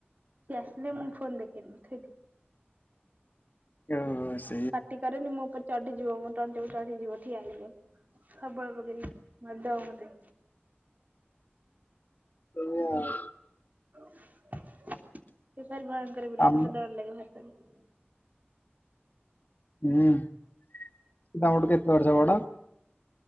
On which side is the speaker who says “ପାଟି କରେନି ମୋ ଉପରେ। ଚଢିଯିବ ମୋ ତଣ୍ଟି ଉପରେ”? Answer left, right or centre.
Right